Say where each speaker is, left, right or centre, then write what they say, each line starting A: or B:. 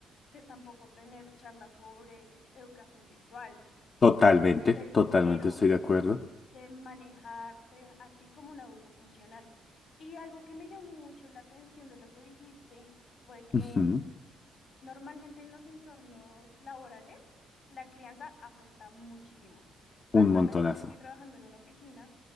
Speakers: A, on the left; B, on the left.
A: de tampoco tener charlas sobre educación sexual,
B: totalmente,
A: del dinero,
B: totalmente estoy de acuerdo.
A: de manejarte a ti como un adulto funcional. Y algo que me llamó mucho la atención de lo que dijiste fue que
B: ujú.
A: Normalmente en los entornos laborales, la crianza afecta muchísimo. Actualmente
B: Un montonazo.
A: yo estoy trabajando en una oficina,